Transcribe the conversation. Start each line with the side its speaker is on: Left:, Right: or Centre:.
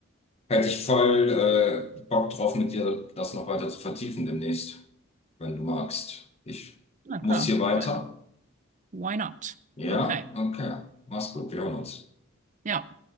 Left: Hätte ich voll äh, Bock drauf, mit dir das noch weiter zu vertiefen demnächst, wenn du magst. Ich
Right: Na
Left: muss
Right: klar,
Left: hier weiter.
Right: weil why not?
Left: Ja,
Right: Okay,
Left: okay. Mach's gut, wir hören uns.
Right: ja.